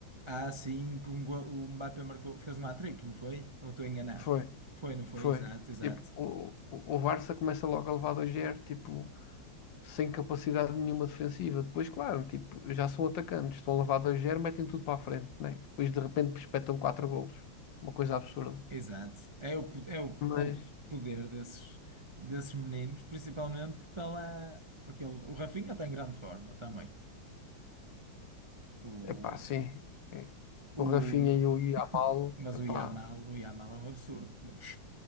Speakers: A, on the right; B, on the left.
A: Ah, sim, que um go- o Mbappé marcou, fez um hat-trick, não foi? Ou estou enganado?
B: Foi,
A: Foi, não foi?
B: foi.
A: Exato, exato,
B: Tipo, o, o o Barça começa logo a levar 2-0, tipo, sem capacidade nenhuma defensiva. Depois, claro, tipo, já são atacantes, estão a levar 2-0, metem tudo para a frente, né? Depois de repente espetam 4 golos. Uma coisa absurda.
A: exato. É o, po- é o,
B: Mas,
A: é o poder desses, desses meninos, principalmente porque está lá, porque ele, o Rafinha está em grande forma também. O,
B: Epá, sim. É.
A: o,
B: O Rafinha e o Yamal,
A: <coughs> mas
B: epá,
A: o Yamal, o Yamal é um absurdo. meu.